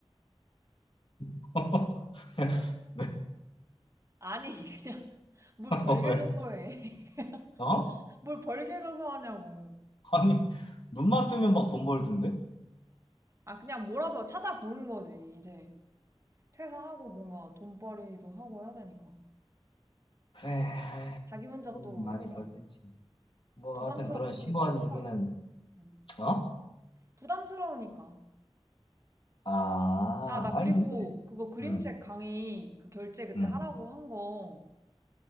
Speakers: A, on the left; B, on the right.
A: <laughs> 네.
B: 아니, 그냥 <laughs> 뭘
A: 어,
B: 벌게
A: 왜?
B: 줘서 해. <laughs>
A: 어?
B: 뭘 벌게 줘서 하냐고.
A: 아니, 눈만 뜨면 막 돈 벌던데?
B: 아, 그냥 뭐라도 찾아보는 거지, 이제. 퇴사하고 뭔가 돈벌이도 하고 해야 되니까.
A: 그래, 에이,
B: 자기 혼자
A: 돈
B: 또
A: 많이
B: 약간
A: 벌던지 뭐,
B: 부담스럽기도
A: 하여튼 그런 심오한
B: 하잖아.
A: 얘기는,
B: 응.
A: 어?
B: 부담스러우니까.
A: 아,
B: 아, 나
A: 아니,
B: 그리고
A: 근데,
B: 그거 그림책
A: 응,
B: 강의 그 결제 그때
A: 응.
B: 하라고 한 거